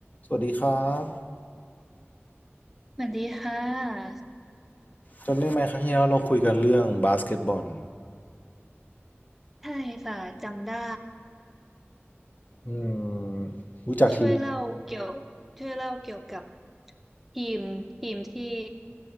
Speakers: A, on the left; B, in the centre.
A: สวัสดีครับ
B: สวัสดีค่ะ
A: จำได้ไหมครั้งที่แล้วเราคุยกันเรื่องบาสเกตบอล
B: ใช่ค่ะจำได้
A: อืมรู้จักทีม
B: ช่วยเล่าเกี่ยวช่วยเล่าเกี่ยวกับทีมทีมที่